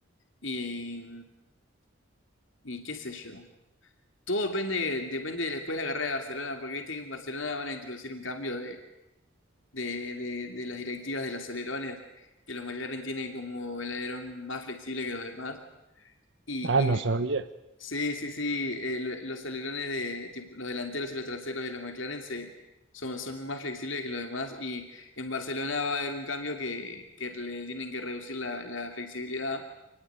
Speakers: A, on the left; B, on the right.
A: y, y qué sé yo. Todo depende, depende de después de la carrera de Barcelona, porque viste que en Barcelona van a introducir un cambio de, de- de las directivas de los alerones, que los McLaren tienen como el alerón más flexible que los demás. Y,
B: Ah, no
A: y
B: sabía.
A: sí, sí, sí, eh, lo- los alerones de tipo, los delanteros y los traseros de los McLaren se, son, son más flexibles que los demás. Y en Barcelona va a haber un cambio que, que le tienen que reducir la, la flexibilidad